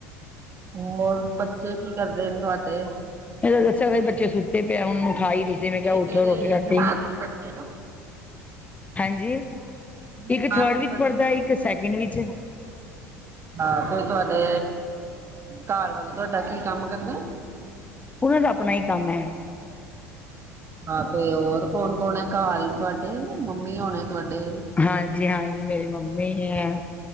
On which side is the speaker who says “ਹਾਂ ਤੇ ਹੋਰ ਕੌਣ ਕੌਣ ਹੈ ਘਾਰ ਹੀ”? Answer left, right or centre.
Right